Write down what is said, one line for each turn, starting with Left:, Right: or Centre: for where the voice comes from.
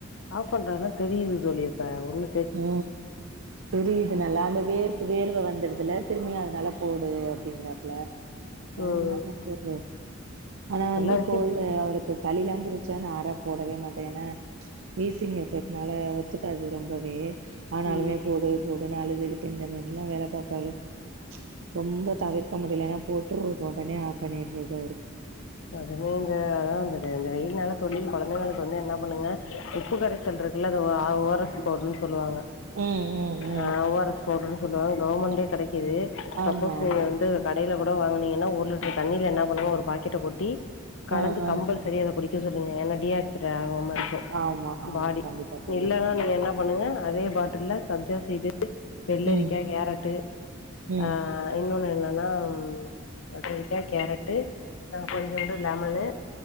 Left: ஆப் பண்றதுலா தெரியுது தோழி இப்ப ஒண்ணு
Right: ம் தெரிதுனால அந்த வேருக்கு வேர்வ வந்துருதில்ல திரும்பியு அதனால போடு அப்டிங்கறாப்ல நா
Left: ம்
Right: என்ன பண்றது ஆனா வந்து
Left: எல்லா விஷய
Right: கோல்டு அவருக்கு சளி எல்லாம் பு டுச்சா நா ஆற போடவே மாட்ட ஏனா வீசிங் இருக்கறதுனால ஒத்துக்காது ரொம்பவே ஆனாலுமே
Left: ம்
Right: போடு போடுன்னு அழுதுகிட்டு இந்தமா நல்லா வேல பாப்பாரு ரொம்ப தவிர்க்க முடியலன்னா போட்டு ஒடனே ஆஃப் பண்ணிடடுறது அவருக்கு
Left: அதுமே இந்த அதான் இந்த இந்த வெயில்னால தோழி கொழந்தைங்களுக்கு வந்து என்னா பண்ணுங்க உப்பு கர சல் இருக்குல்ல அது ஆ ஓ ஆர் எஸ் பவுடர்ன்னு சொல்லுவாங்க
Right: ம் ம் ம்
Left: ஆ ஓ ஆர் எஸ் பவுடர்ன்னு சொல்லுவாங்க கவர்மெண்ட்லயே கெடைக்குது சப்போஸ்
Right: ஆமா ஆமா
Left: நீங்க வந்து கடையில கூட வாங்கனீங்கன்னா ஒரு லிட்டர் தண்ணியில என்ன பண்ணுங்க ஒரு பாக்கெட்ட கொட்டி கலந்து
Right: ஆ ஆ
Left: கம்பல்ஸ் சரி அத குடிக்க சொல்லுங்க ஏன்னா டிஹைட்ரே ஆகாம இருக்கு
Right: ஆமா ஆமா
Left: பாடி
Right: கண்டிப்பா தோழி
Left: இல்லன்னா
Right: கண்டிப்பா
Left: நீங்க என்ன
Right: கண்டிப்பா
Left: பண்ணுங்க அதே பாட்டில்ல சப்ஜா சீடு, வெள்ளரிக்கா,
Right: ம்
Left: கேரட்டு
Right: ம்
Left: ஆ இன்னொன்னு என்னன்னா கத்திரிக்கா கேரட்டு ந்து கொஞ்சோண்டு லெமனு